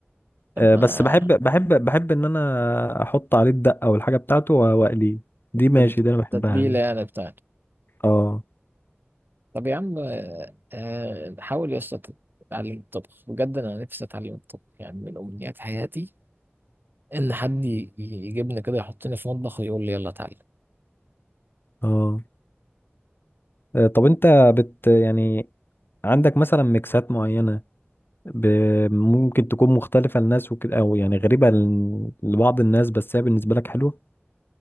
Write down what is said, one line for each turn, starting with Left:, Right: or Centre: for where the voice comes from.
Right: طب
Left: آه،
Right: ما
Left: بس بحب بحب بحب ان انا احط عليه الدقه والحاجه بتاعته و- واقليه دي ماشي
Right: تت-
Left: دي انا بحبها
Right: تتبيلة
Left: دي
Right: يعني بتاعته
Left: اه
Right: طب يا عم آه، آه، حاول يا اسطى تتعلم الطبخ بجد أنا نفسي أتعلم الطبخ يعني من أمنيات حياتي إن حد ي- يجيبني كده يحطني في مطبخ ويقول لي يلا اتعلم
Left: اه آه، طب انت بت يعني عندك مثلا ميكسات معينه ب... ممكن تكون مختلفه للناس وكده او يعني غريبه ل- لبعض الناس بس هي بالنسبه لك حلوه